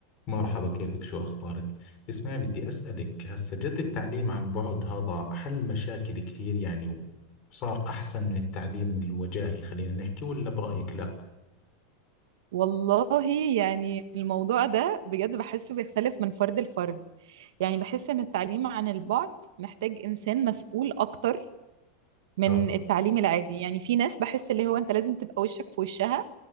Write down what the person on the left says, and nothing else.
مرحبا كيفك شو أخبارك؟ اسمعي بدي أسألك هسا جد التعليم عن بعد هذا حل مشاكل كثير يعني وصار أحسن من التعليم الوجاهي خلينا نحكي ولا برأيك لا؟
اه